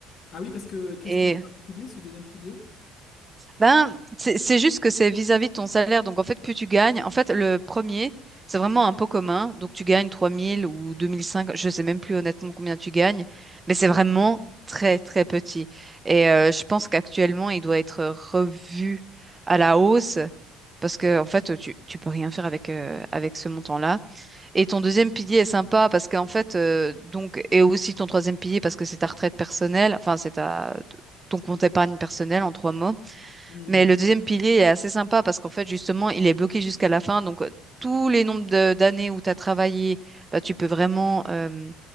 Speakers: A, on the left; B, on the right.
A: Ah oui, parce que qu'est-ce
B: Et
A: qu'il a de particulier, ce deuxième pilier?
B: ben, c'est c'est juste que c'est vis-à-vis de ton salaire. Donc, en fait, plus tu gagnes, en fait, le premier, c'est vraiment un pot commun. Donc, tu gagnes 3000 ou 2005, je sais même plus honnêtement combien tu gagnes, mais c'est vraiment très, très petit. Et
A: Mhm.
B: euh, je pense qu'actuellement, il doit être revu à la hausse parce que, en fait, tu, tu peux rien faire avec, euh, avec ce montant-là. Et ton deuxième pilier est sympa parce qu'en fait, euh, donc, et aussi ton troisième pilier parce que c'est ta retraite personnelle, enfin, c'est ta, ton compte épargne personnelle en trois mots.
A: Mhm.
B: Mais le deuxième pilier est assez sympa parce qu'en fait, justement, il est bloqué jusqu'à la fin. Donc, tous les nombres de- d'années où tu as travaillé, bah, tu peux vraiment euh,